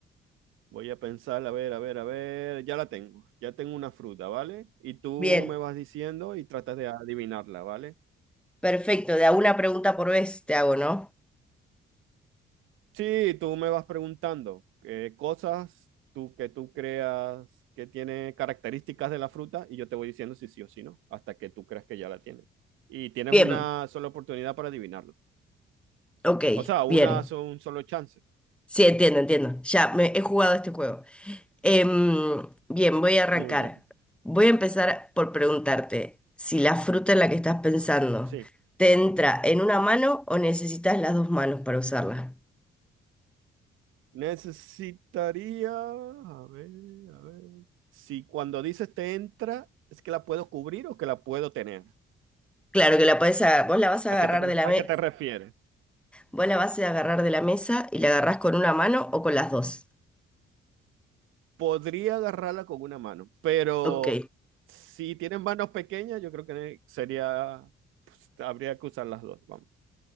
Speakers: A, on the right (about 85°); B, in the centre.
A: Voy a pensar, a ver, a ver, a ver. Ya la tengo, ya tengo una fruta, ¿vale? Y tú
B: Bien,
A: me vas diciendo y tratas de adivinarla, ¿vale?
B: perfecto. De a una pregunta por vez te hago, ¿no?
A: Sí, tú me vas preguntando eh, cosas tú, que tú creas que tiene características de la fruta y yo te voy diciendo si sí o si no, hasta que tú creas que ya la tienes. Y tienes
B: Bien,
A: una sola oportunidad para adivinarlo.
B: ok,
A: O sea, una,
B: bien.
A: so- un solo chance.
B: Sí, entiendo, entiendo. Ya me he jugado este juego. Em, bien, voy a arrancar.
A: Muy bien.
B: Voy a empezar por preguntarte si la fruta en la que estás pensando
A: Sí.
B: te entra en una mano o necesitas las dos manos para usarla.
A: Necesitaría, a ver, a ver. Si cuando dices te entra, ¿es que la puedo cubrir o que la puedo tener?
B: Claro que la podés agarrar, vos la vas a
A: ¿A
B: agarrar
A: qué te, re-
B: de la,
A: a
B: me-
A: qué te refieres?
B: Vos la vas a ir a agarrar de la mesa y la agarrás con una mano o con las dos.
A: podría agarrarla con una mano, pero
B: Ok,
A: si tienen manos pequeñas, yo creo que sería, pues, habría que usar las dos, vamos.